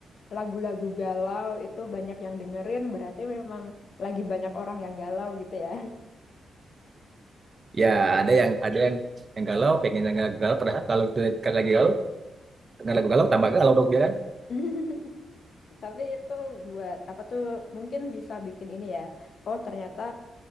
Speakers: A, on the left; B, on the right.
A: lagu-lagu galau itu banyak yang dengerin, berarti memang lagi banyak orang yang galau gitu ya.
B: Ya, ada yang ada yang yang galau, pengen yang galau, padahal kalau itu kan lagi galau, dengan lagu galau tambah galau dong dia kan.
A: <laughs> <laughs> Tapi itu buat apa tuh? Mungkin bisa bikin ini ya. Oh, ternyata.